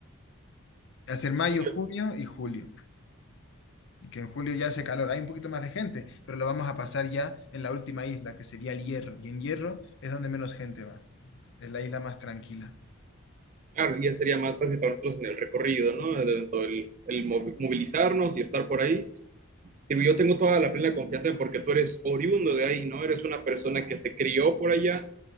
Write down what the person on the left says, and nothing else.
Hacer mayo,
junio y julio. Y que en julio ya hace calor. Hay un poquito más de gente, pero lo vamos a pasar ya en la última isla, que sería el Hierro. Y en Hierro es donde menos gente va. Es la isla más tranquila.